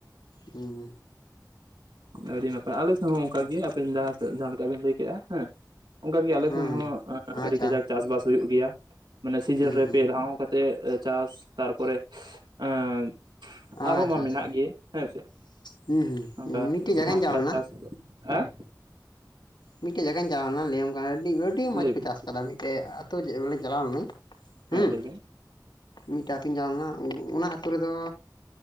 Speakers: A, on the left; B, on the right.
A: ᱩᱸ ᱾
B: ᱟᱹᱰᱤ ᱱᱟᱯᱟᱭ, ᱟᱞᱮ ᱥᱮᱜ ᱦᱚᱸ ᱚᱝᱠᱟ ᱜᱮ ᱟᱵᱤᱱ ᱡᱟᱦᱟᱸ ᱥᱮᱫ ᱡᱟᱦᱟᱸ ᱞᱮᱠᱟ ᱵᱮᱱ ᱞᱟᱹᱭ ᱠᱮᱜ-ᱟ ᱦᱮᱸ ᱾ ᱚᱝᱠᱟ ᱜᱮ ᱟᱞᱮ
A: ᱦᱩᱸ
B: ᱥᱮᱜ ᱦᱚᱸ
A: ᱦᱩᱸ
B: ᱟᱹᱰᱤ
A: ᱟᱪᱪᱷᱟ
B: ᱠᱟᱡᱟᱠ ᱪᱟᱥᱵᱟᱥ ᱦᱩᱭᱩᱜ ᱜᱮᱭᱟ ᱢᱟᱱᱮ ᱥᱤᱡᱤᱱ
A: ᱦᱩᱸ
B: ᱨᱮ
A: ᱦᱩᱸ
B: ᱯᱮ ᱫᱷᱟᱣ ᱠᱟᱛ ᱛᱮ ᱪᱟᱥ ᱛᱟᱨᱯᱚᱨᱮ ᱟᱸ
A: ᱟᱪᱪᱷᱟ
B: ᱟᱨᱦᱚᱸ ᱢᱟ ᱢᱮᱱᱟᱜ
A: ᱟᱪᱪᱷᱟ
B: ᱜᱮ ᱦᱮᱸᱥᱮ ᱾
A: ᱦᱩᱸ ᱦᱩᱸ
B: ᱚᱝᱠᱟ
A: ᱢᱤᱫᱴᱮᱡ
B: ᱥᱟᱱᱟᱢ
A: ᱡᱟᱭᱜᱟᱧ ᱪᱟᱞᱟᱣ
B: <unintelligible>
A: ᱞᱮᱱᱟ
B: ᱪᱟᱥ, ᱦᱮᱸ
A: ᱢᱤᱫᱴᱮᱡ ᱡᱟᱭᱜᱟᱧ ᱪᱟᱞᱟᱣ ᱞᱮᱱᱟ ᱞᱟᱹᱭᱟᱢ ᱠᱟᱱᱟ ᱟᱹᱰᱤ ᱟᱹᱰᱤ ᱢᱚᱡᱽ
B: ᱞᱟᱹᱭ
A: ᱠᱚ
B: ᱵᱤᱱ
A: ᱪᱟᱥ ᱠᱟᱫᱟ ᱢᱤᱫᱴᱮᱡ ᱟᱛᱩ ᱡᱮ ᱵᱚᱞᱮᱧ ᱪᱟᱞᱟᱣ ᱞᱮᱱᱟᱹᱧ ᱾
B: ᱦᱮᱸ
A: ᱦᱩᱸ,
B: ᱞᱟᱹᱭ ᱵᱤᱱ
A: ᱢᱤᱫᱴᱟᱡ ᱟᱛᱩᱧ ᱡᱟᱣ ᱞᱮᱱᱟ ᱚᱱᱟ ᱟᱛᱳ ᱨᱮᱫᱚ